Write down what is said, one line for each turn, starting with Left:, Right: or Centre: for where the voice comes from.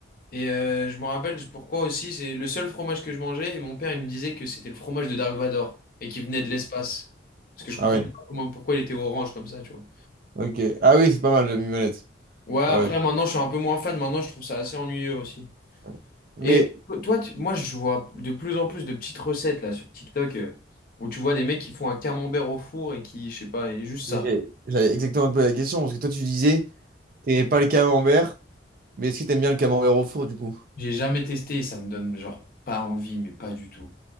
Left: Et euh, je me rappelle pourquoi aussi, c'est le seul fromage que je mangeais. Et mon père, il me disait que c'était le fromage de Dark Vador et qu'il venait de l'espace. Parce que je
Right: Ah
Left: comprenais
Right: ouais.
Left: pas comment, pourquoi il était orange comme ça, tu vois.
Right: Ok. Ah oui, c'est pas mal, le mimolette.
Left: Ouais, après,
Right: Ouais. ouais.
Left: maintenant, je suis un peu moins fan. Maintenant, je trouve ça assez ennuyeux aussi.
Right: ouais. Mais
Left: Et to- toi, tu- moi, je vois de plus en plus de petites recettes là sur TikTok euh, où tu vois des mecs qui font un camembert au four et qui, je sais pas, et juste
Right: j'ai-
Left: ça.
Right: j'avais exactement posé la question, parce que toi, tu disais, t'aimais pas le camembert, mais est-ce que t'aimes bien le camembert au four, du coup?
Left: J'ai jamais testé ça me donne genre pas envie, mais pas du tout.